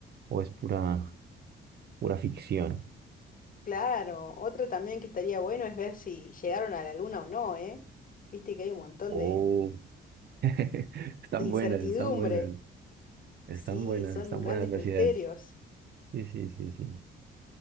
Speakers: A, on the right; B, on the left.
A: o es pura, pura ficción.
B: Claro, otra también que estaría bueno es ver si llegaron a la luna o no, ¿eh? Viste que hay un montón
A: Oh,
B: de
A: <laughs> están
B: de incertidumbre.
A: buenas, están buenas, están
B: Sí,
A: buenas,
B: son
A: están
B: grandes
A: buenas las
B: misterios.
A: ideas. Sí, sí, sí, sí.